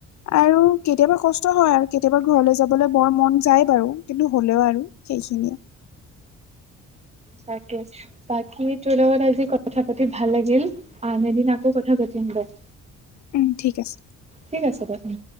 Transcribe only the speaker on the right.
তাকে বাকি তোৰ লগত আজি ক কথা পাতি ভাল লাগিল আন এদিন আকৌ কথা পাতিম দে।
ঠিক আছে দে উম,